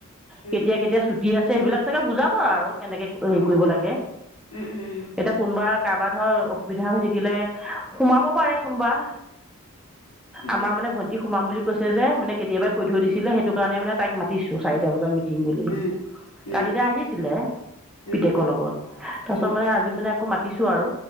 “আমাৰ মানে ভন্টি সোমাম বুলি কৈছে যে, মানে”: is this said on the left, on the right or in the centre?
Centre